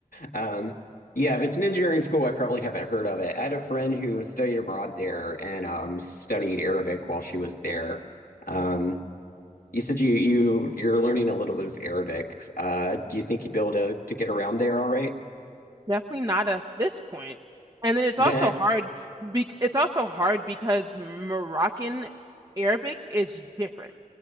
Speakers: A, on the left; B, on the right.
A: Um, yeah, if it's an engineering school, I probably haven't heard of it. I had a friend who studied abroad there and um, studied Arabic while she was there. Um, You said you, you you're learning a little bit of Arabic. Uh, do you think you'd be able to to get around there all right?
B: Definitely not at this point. And then it's
A: That
B: also hard bec it's also hard because Moroccan Arabic is different.